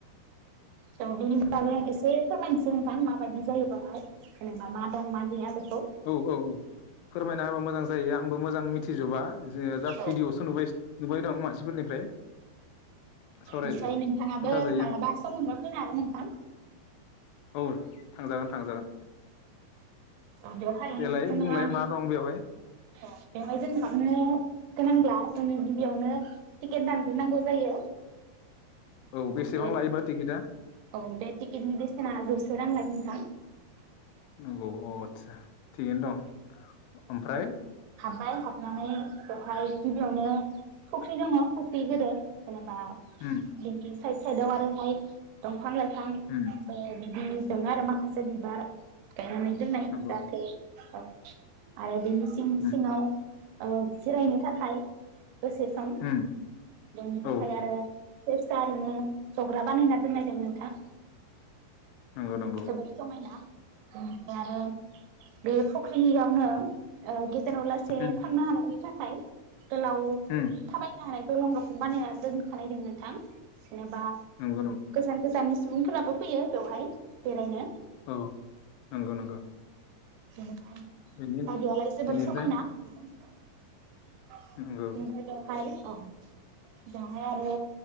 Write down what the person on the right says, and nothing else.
जों बेनि
बागै आं एसे फोरमायनिसै आं नोंथां माबायदि जायो बहाय जेनेबा मा दं मा गैया बेखौ।
औ
निसय नोंथाङाबो
मालाबा
सम मोनबा फैनो हागोन नोंथां।
अ बेवहाय
जोंहा
अ बेवहाय जों हाबनो गोनांब्ला जोङो गिबियावनो टिकेट दानग्रोनांगौ जायो।
बे
औ बे टिकेटनि बेसेना जौसे रां लायो नोंथां।
हाब्बाय हाबनानै बेवहाय गिबियावनो फुख्रि दङ फुख्रि गोदोर जेनेबा
बेथिं साइद साइदाव आरोहाय दंफां लाइफां
ओ बिदिनो दोङ आरो माखासे बिबार गायनानै दोननाय
जाहाथे औ। आरो बेनि सिं
सिङाव ओ जिरायनो थाखाय दसे सम
ज'नो थाखाय
आरो फिसा फिसा ओरैनो ज'ग्रा बानायना दोन्नाय दों नोंथां।
जोबोद समायना बेनिफ्राय आरो बे फुख्रियावनो ओ गेजेराव लासे
थांनो हानायनि थाखाय गोलाव
थाबायनो हानाय दलं रखम बानायना दोनखानाय दों नोंथां जेनेबा
गोजान गोजाननि सुबुंफोराबो फैयो बेवहाय बेरायनो।
बेनिखाय
<unintelligible> आलाय जोबोर
समायना। <unintelligible>
बेवहाय औ बेवहाय आरो